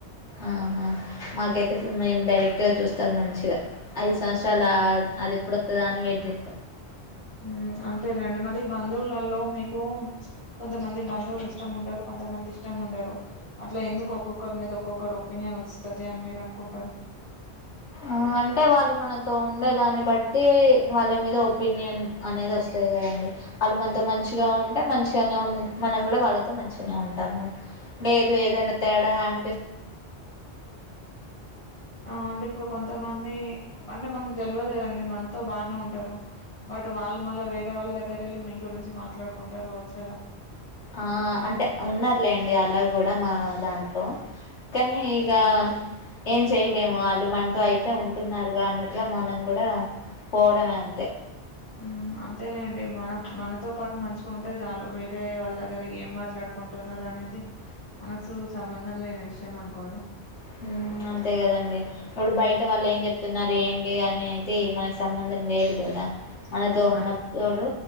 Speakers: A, on the left (about 80°); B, on the left (about 30°).
A: ఆ హా మాకైతే మేం డైరెక్ట్గా చూస్తాం మంచిగ ఐదు సంవత్సరాల అది ఎప్పుడోత్తాదా అని <unintelligible>
B: ఉమ్, అంతేలేండి మరి బంధువులలో మీకు కొంతమంది బంధువులు ఇష్టం ఉంటారు కొంతమంది ఇష్టం ఉండరు అట్లా ఎందుకు ఒక్కొక్కరి మీద ఒక్కొక్కరు ఒపీనియన్ వస్తది అని మీరు అనుకుంటారు
A: ఆ అంటే వాళ్ళు మనతో ఉండే దాన్ని బట్టి వాళ్ళ మీద ఒపీనియన్ అనేది వస్తు కదండి వాళ్ళు మనతో మంచిగా ఉంటే మంచిగానే ఉ మనం కూడా వాళ్ళతో మంచిగానే ఉంటాము లేదు ఏదైనా తేడా అం
B: అంట ఇప్పుడు కొంతమంది అంటే మనకు తెలవదు కదండి మనతో బానే ఉంటారు బట్ వాళ్ళు మళ్ళ వేరే వాళ్ళ దగ్గర వెళ్ళి మీ గురించి మాట్లాడుకుంటారు రావచ్చు కదా
A: ఆ అంటే ఉన్నారులే అండి అలా గుడా <unintelligible> దాట్లో కానీ ఇగఏం చే ేమో వాళ్ళు మనతో అయితే ఉంటున్నారుగా అన్నట్గా మనం గుడా పోవడమే అంతే
B: ఉమ్ అంతేలేండి మనం మనతో పాటు మంచి ఉంటే జాలు వేరే వాళ్ళ దగ్గర ఏం మాట్లాడుకుంటున్నారు అనేది మనక్స్ సంబంధం లేని విషయం అనుకోండి
A: హమ్ అంతే గదండి ఇప్పుడు బయట వాళ్ళు ఏం చెప్తున్నారు ఏంటి అనేది మనకి సంబంధం లేదు గదా మనతో
B: హ్మ్
A: ఉన్నప్పుోడు
B: అయ్